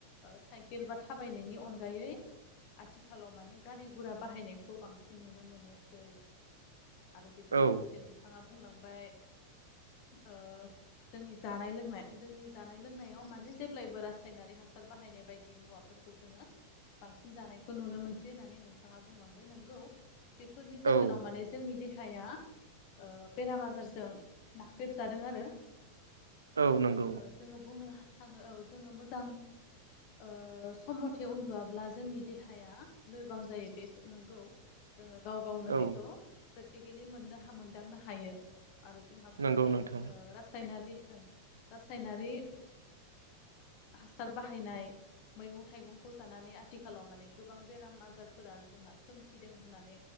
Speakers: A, on the left (about 45°); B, on the right (about 75°).
A: ओ साइकेल बा थाबायनायनि अनगायै आथिखालाव माने गारि गुरा बाहायनायखौ बांसिन नुनो मोनोसै आरो बेजों
B: औ
A: लोगोसे नोंथांङा बुंलांबाय ओ जोंनि जानाय लोंनाय जोंनि जानाय लोंनायाव माने जेब्लायबो रासायनारि हासार बाहायनाय बायदि मुवा फोरखौ जोंङो बांसिन जानायखौ नुनो मोनसै होननानै नोंथांङा बुंलांबाय नोंगौ बेफोरनि जाहोनाव
B: औ
A: माने जोंनि देहाया ओ बेराम आजारजों नाख्रेबजादों आरो
B: औ नंगौ
A: ओ जोङो बुंनो थाङो औ जोङो मोजां ओ सम मथे उन्दुवाबाला जोंनि देहाया लोरबां जायो बे नोंगौ जोङो गाव गावनो बेखौ
B: औ
A: प्रेक्टिकेलि मोननो हायो मोनदांनो हायो आरो जोंहा बुंनो
B: नंगौ
A: हायो
B: नोंथां
A: ओ रासायनारि ओं रासायनारि हासार बाहायनाय मैगं थाइगंखौ जानानै आथिखालाव माने गोबां बेराम आजारफोरा जोंहा सोमजिदों होननानै